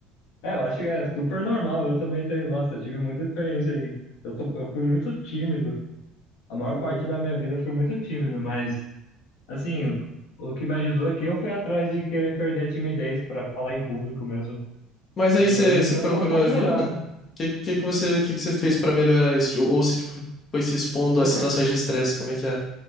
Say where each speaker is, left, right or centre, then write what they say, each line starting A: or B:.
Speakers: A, on the left; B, on the left.
A: é, eu acho que é super normal. Eu também tenho, nossa, eu tive muita experiência aí. Eu, sou- eu fui muito tímido. A maior
B: Uhum.
A: parte da minha vida eu fui muito tímido, mas Assim, o o que me ajudou é que eu fui atrás de querer perder a timidez para falar
B: uhum.
A: em público mesmo.
B: Mas
A: E
B: aí você
A: hoje em
B: você
A: dia
B: procurou
A: eu sou um pouco
B: ajuda?
A: melhor.
B: O Que que que você que que você fez pra melhorar isso? Ou, ou se tipo, foi se expondo
A: Só
B: a situações
A: que-
B: de estresse, como é que é?